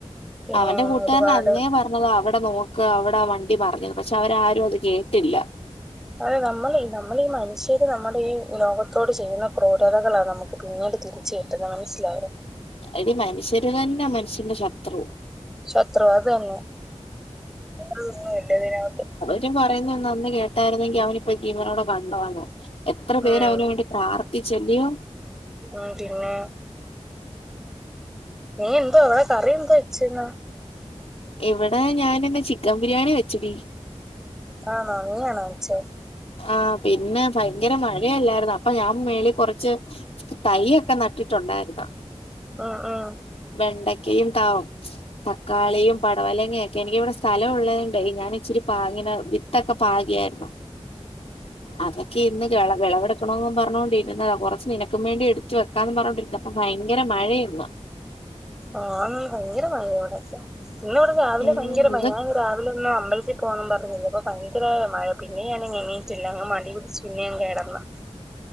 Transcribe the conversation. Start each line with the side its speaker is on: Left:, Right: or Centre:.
Centre: പിന്നെ
Left: അവന്റെ കൂട്ടാരൻ
Centre: ഒരുപാട്
Left: അന്നേ പറഞ്ഞ താ അവിടെ നോക്ക് അവിടെ ആ വണ്ടി മർഞ്ഞെ. പക്ഷെ അവരാരും അത് കേട്ടില്ല.
Centre: അതെ നമ്മള് നമ്മള് ഈ മനുഷ്യര് നമ്മുടെ ഈ ലോകത്തോട് ചെയ്യുന്ന ക്രൂരതകളാ നമക്ക് പിന്നീട് തിരിച്ച് വര്ന്നെ അതെന്നെ മൻസ്സിലായോ.
Left: എടി മനുഷ്യര് തന്നാ മനുഷ്യന്റെ ശത്രു.
Centre: ശത്രുവാ അതന്നെ വേറെ ഒന്നുമില്ല ഇതിനകത്ത്.
Left: ഈ പറയുന്ന അന്ന് കേട്ടായിരുന്നെങ്കി അവനിപ്പ ജീവനോടെ കണ്ടേന്നെ എത്ര പേര്
Centre: ഉം
Left: അവന് വേണ്ടി പ്രാർത്ഥിച്ചല്ല്യോ.
Centre: മ് പിന്നെ നീ എന്തോവാ കറി എന്തോ വെച്ചന്നാ?
Left: ഇവടെ ഞാനിന്ന് ചിക്കൻ ബിരിയാണി വെച്ചടി.
Centre: ആഹാ നീയാണോ വെച്ചെ?
Left: ആ പിന്നെ ഭയങ്കര മഴയല്ലായിര്ന്നോ അപ്പൊ ഞാൻ മേളിൽ കൊർച്ച് തയ്യൊക്കെ നട്ടിട്ടുണ്ടായിരുന്നു.
Centre: മ് മ്
Left: വെണ്ടക്കയും ത തക്കാളിയും പടവലങ്ങൊക്കെ എനിക്കിവിടെ സ്ഥലം ഉള്ളോണ്ടെ ഞാൻ ഇച്ചിരി പാകിന വി വിത്തൊക്കെ പാകിയായിരുന്നു. അതൊക്കെ ഇന്ന് വിളവ് വിളവെടുക്കണോന്ന് പറഞ്ഞോണ്ടിരുന്നതാ കുറച്ച് നിനക്കും വേണ്ടി എട്ത്ത് വെ വെക്കാമെന്ന് പറഞ്ഞോണ്ടിരിക്ക അപോ ഭയങ്കര മഴെന്ന്.
Centre: ആഹ് ഭയങ്കര മഴ ഇവിടൊക്കെ ഇന്ന് ഇവിടെ രാവിലെ
Left: ഉം
Centre: ഭയങ്കര മഴയാ
Left: ഇത്
Centre: ഞാൻ രാവിലെ ഒന്ന് അമ്പലത്തി പോകണം പറഞ്ഞിരിന്നപ്പ ഭയങ്കര മഴ പിന്നെ ഞാൻ എണീട്ടില്ല അങ്ങ് മടി പിടിച്ച് പിന്നെ ഞാൻ കിടന്നു.